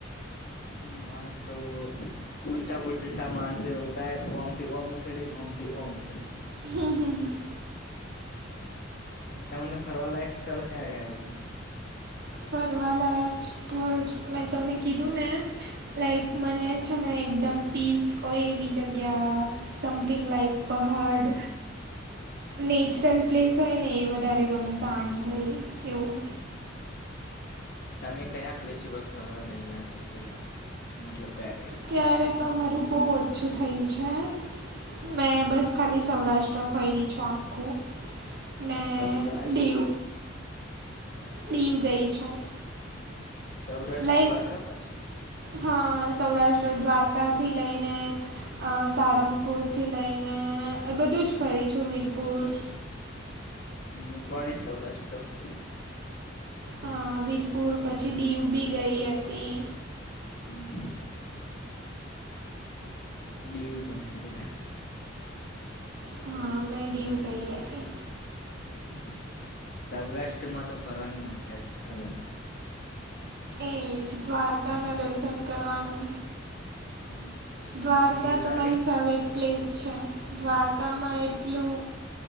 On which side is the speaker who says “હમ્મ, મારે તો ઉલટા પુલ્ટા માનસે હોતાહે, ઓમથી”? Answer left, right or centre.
Left